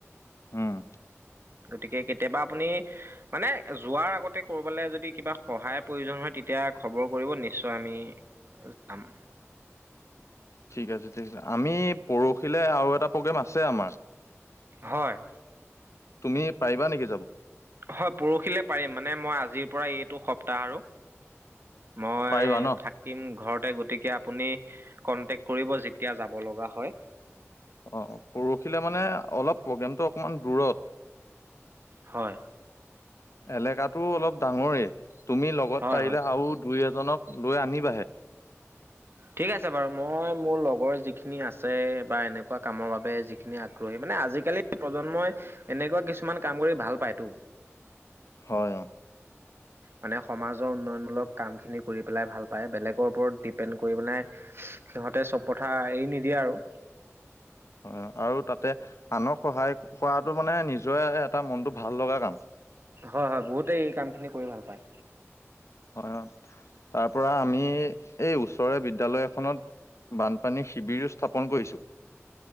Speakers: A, on the left; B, on the right.
A: উম
B: গতিকে কেতিয়াবা আপুনি মানে যোৱাৰ আগতে কৰবালৈ যদি কিবা সহায় প্ৰয়োজন হয় তেতিয়া খবৰ কৰিব নিশ্চয় আমি যাম।
A: ঠিক আছে ঠিক আছে আমি পৰহিলৈ আৰু এটা প্ৰগ্ৰেম আছে আমাৰ।
B: হয়
A: তুমি পাৰিবা নেকি যাব- <inaudible>
B: হয় পৰহিলে পাৰিম মানে মই আজিৰ পৰা এইটো সপ্তাহ আৰু মই
A: পাৰিবা ন?
B: থাকিম ঘৰতে গতিকে আপুনি কন্টেক্ট কৰিব যেতিয়া যাব লগা হয়
A: অ পৰহিলে মানে অলপ প্ৰগ্ৰেমটো অকণমান দূৰত।
B: হয়
A: এলেকাটো অলপ ডাঙৰেই তুমি লগত
B: হয়
A: পাৰিলা
B: হয়
A: আৰু দুই এ- জনক লৈ আনিবাহে
B: ঠিক আছে বাৰু মই মোৰ লগৰ যিখিনি আছে বা এনেকোৱা কামৰ বাবে যিখিনি আগ্ৰহী মানে আজিকালি প্ৰজন্মই এনেকোৱা কিছুমান কাম কৰি ভাল পায়তো
A: হয় অ
B: মানে সমাজৰ উন্নয়নমূলক কামখিনি কৰি পেলাই ভাল পায় বেলেগৰ ওপৰত ডিপেণ্ড কৰি পেলাই সিহতে চব কথা এৰি নিদিয়ে আৰু
A: হয় আৰু তাতে আনক সহায় কৰাটো মানে নিজৰে এটা মনটো ভাল লগা কাম
B: হয় হয় বহুতেই এই কামখিনি কৰি ভাল পায়
A: হয় তাৰ পৰা আমি এই ওচৰৰে বিদ্যালয় এখনত বানপানী শিবিৰো স্থাপন কৰিছোঁ